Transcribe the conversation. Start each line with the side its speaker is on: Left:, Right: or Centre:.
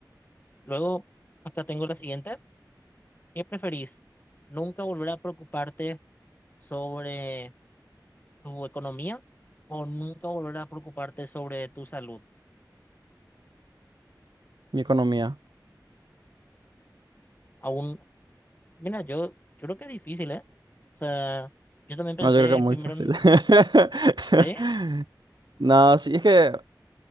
Left: Luego, acá tengo la siguiente. ¿Qué preferís? ¿Nunca volver a preocuparte sobre tu economía o nunca volver a preocuparte sobre tu salud?
Right: mi economía.
Left: aún Mira, yo, yo creo que es difícil, ¿eh? O sea, yo también pensé
Right: No, yo creo que es
Left: en
Right: muy
Left: primero
Right: fácil.
Left: en...
Right: <laughs>
Left: Sí,
Right: No, sí, es que